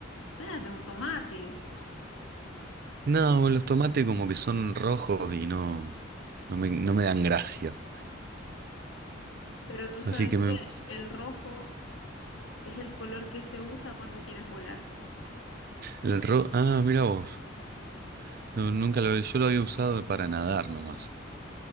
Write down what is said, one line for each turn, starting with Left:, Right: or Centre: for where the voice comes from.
Left: de un tomate?
Right: No, los tomates como que son rojos y no, no me, no me dan gracia.
Left: Pero tú sabes
Right: Así que me,
Left: que el rojo es el color que se usa cuando quieres volar.
Right: el ro- Ah, mira vos. No, nunca lo, yo lo había usado para nadar nomás.